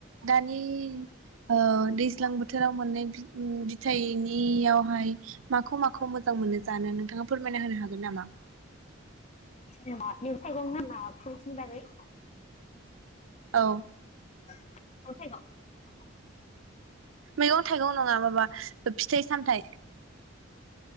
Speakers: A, on the right; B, on the left.
A: दानि ओ दैज्लां बोथोराव मोनाय बिथाइनियावहाय माखौ माखौ मोजां मोनो जानो नोंथाङा फोरमायना होनो हागोन नामा?
B: जेनबा मैगं थायगं <unintelligible> बारै
A: औ
B: <unintelligible>
A: मैगं थाइगं नङा माबा फिथाइ सामथायाइ